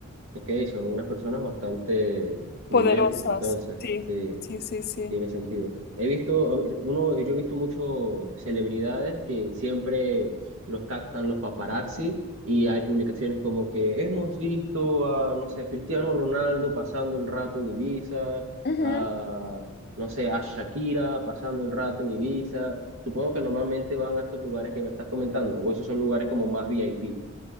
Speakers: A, on the right; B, on the left.
A: Ok, son unas personas bastante pudientes
B: Poderosas,
A: entonces,
B: sí,
A: sí.
B: sí, sí, sí.
A: Tiene sentido. He visto, um, uno, yo he visto muchos celebridades que siempre los captan los paparazzi y hay publicaciones como que hemos visto a, no sé, a Cristiano Ronaldo pasando el rato en Ibiza,
B: Ujú.
A: a, no sé, a Shakira pasando el rato en Ibiza. Supongo que normalmente van a estos lugares que me estás comentando, o esos son lugares como más VIP.